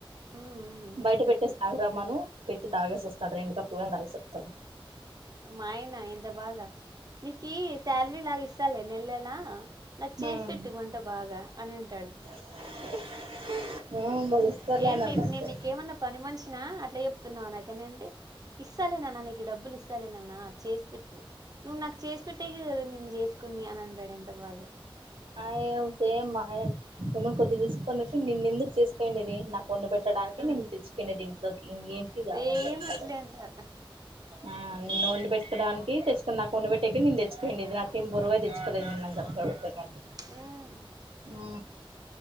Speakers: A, on the right (about 45°); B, on the right (about 80°).
A: మ్మ్
B: బయట పెట్టేసి
A: మ్మ్
B: తాగరామ్మాను పెట్టి తాగేసి వస్తాడు రెండు కప్పులు ని తాగేసి వస్తాడు
A: మాయనా ఎంత బాగా నీకి శాలరీ లాగా ఇస్తాలే నెల నెల నాకు చేసి
B: మ్మ్
A: పెట్టు వంట బాగా అని అంటాడు
B: <inaudible> వాళ్ళు ఇస్తారులే
A: ఏంటినేను
B: అని అన్నా అంతే
A: నీకేమన్నా పని మనిషినా అట్లా చెప్తున్నా నోనో క నేనండీ ఇస్తాలేనన్న నీకు డ బ్బులు ఇస్తాలేనన్న చేసి పెట్టు నువ్వు నాకు చేసి పెట్టే క కదా నిన్ను చేసుకుంది అని అంటాడు ఎంత బాగా
B: ఆ ఏ సేమ్ ఆయన ఏమని కొద్ది తీసుకున్నట్ే నిన్న ఎందుకు చేసుకోయండి అది నా వండి పెట్టడానికి
A: ఆ
B: నిన్ను తెచ్చుకున్నది ఇంట్లోకి ఇంక దేనికి కాదని
A: సేమ్
B: చెప్తాడు
A: అట్లే అంటారు
B: ఆ నిన్నను వండి పెట్టుకోడానికి తెచ్చుకుని నాకు వండి పెట్టేకి నిన్ను తెచ్చుకోండి ఇది నాకేం బోరువై తెచ్చుకోలేదున్నంత తొడుత కంట
A: ఉం
B: ఉ